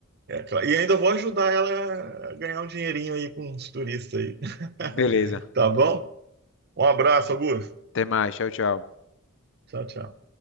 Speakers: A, on the right; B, on the left.
A: é claro. E ainda vou ajudar ela a ganhar um dinheirinho aí com os turistas aí.
B: Beleza.
A: <laughs> Tá bom? Um abraço, Augusto.
B: Até mais. Tchau, tchau.
A: Tchau, tchau.